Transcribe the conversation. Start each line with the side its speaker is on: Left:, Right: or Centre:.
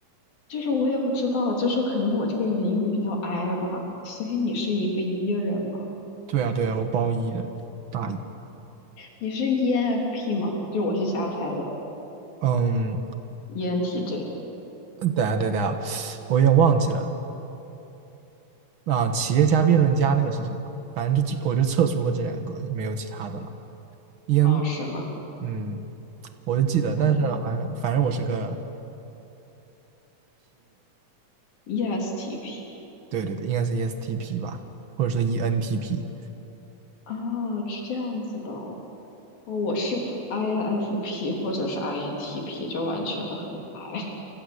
Left: 就是我也不知道，就是可能我这个人因为比较 I 吧，所以你是一个 E 人吗？
Right: 对啊，对啊，我包一的，大一。
Left: 你是 ENFP 吗？就我是瞎猜的
Right: 嗯。
Left: ，ENTJ
Right: 等下等下，我有点忘记了。啊，企业家、辩论家那个是什么？反正就只我就测出过这两个，没有其他的了。EN，
Left: 啊，是吗？
Right: 嗯，我就记得，但是好像反正我是个，
Left: 嗯 ESTP。
Right: 对对对，应该是 ESTP 吧，或者说 ENTP。
Left: 啊，是这样子的哦。哦，我是 INFP 或者是 INTP，就完全的很 I。